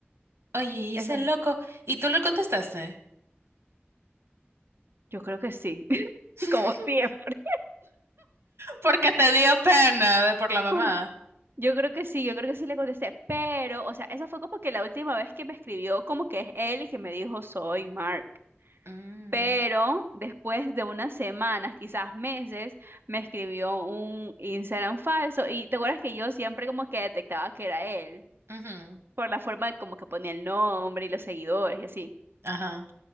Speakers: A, on the right; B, on the right.
A: Oye, y
B: Eso,
A: ese loco, ¿y tú le contestaste?
B: yo creo que sí, <laughs>
A: <laughs>
B: como siempre.
A: Porque te dio pena de- por la mamá.
B: <laughs> Yo creo que sí, yo creo que sí le contesté, pero, o sea, esa fue como que la última vez que me escribió, como que es él y que me dijo soy Mark.
A: Mm,
B: Pero después de unas semanas, quizás meses, me escribió un Instagram falso y te acuerdas que yo siempre como que detectaba que era él.
A: ujú,
B: por la forma de como que ponía el nombre y los seguidores y así.
A: Ajá,